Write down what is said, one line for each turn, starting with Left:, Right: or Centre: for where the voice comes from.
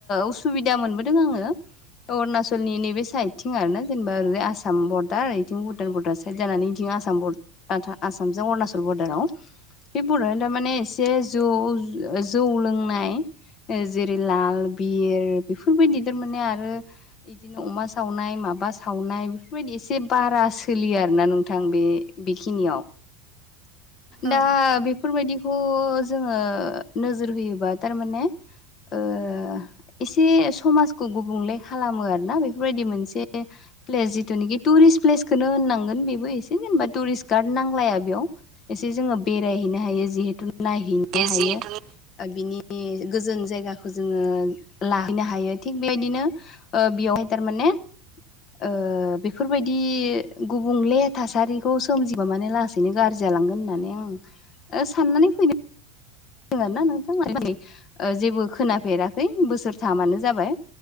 Left: उसुबिदा मोनबोदों आङो अरुणाचलनि नैबे साइडथिं आरोना जेनेबा ओरै आसाम बर दार इथिं भुटान बर्दार साइद जानानै बिथिं आसाम बर आसामजों अरुणचल बर्दाराव बे बर'आ थारमाने एसे जौ जौ लोंनाय ओ जेरै लाल बिर बेफोरबायदि थारमाने आरो बिदिनो अमा सावनाय माबा सावनाय बेफोरबायदि एसे एसे बारा सोलियो आरोना नोंथां बे बेखिनियाव
Right: औ
Left: दा बेफोरबायदिखौ जोङो नोजोर होयोबा थारमाने ओ एसे समाजखौ गुबुंले खालामो आरो ना बेफोरबायदि मोनसे प्लेस जिथुनिखि टुरिस्ट प्लेसखौनो होननांगोन बेबो एसे जेनेबा टुरिस्ट गार्ड नांलाया बेयाव एसे जोङो बेरायहैनो हायो जिहेथु नायहैनो
Right: बे
Left: हायो
Right: जिहेथु
Left: बिनि गोजोन जायगाखौ जोङो लाहैनो हायो थिग बेबायदिनो ओ बेयावहाय थारमाने ओ बेफोरबायदि गुबुंले थासारिखौ सोमजिबा मानो लासैनो गाज्रि जालांगोन होननानै आं ओ साननानै फैनो दों आरोना नोंथांमोन दिनै जेबो खोनाफेराखै बोसोरथामानो जाबाय